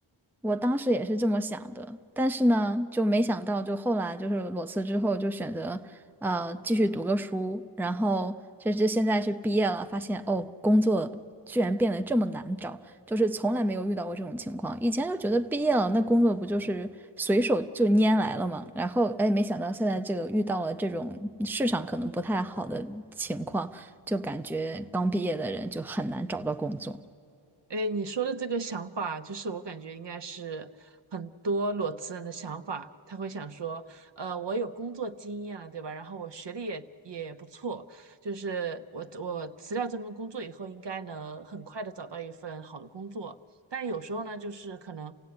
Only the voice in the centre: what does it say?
我当时也是这么想的，但是呢，就没想到，就后来就是裸辞之后，就选择呃继续读个书，然后甚至现在是毕业了，发现哦，工作居然变得这么难找，就是从来没有遇到过这种情况。以前就觉得毕业了，那工作不就是随手就拈来了嘛，然后哎，没想到现在这个遇到了这种市场可能不太好的情况，就感觉刚毕业的人就很难找到工作。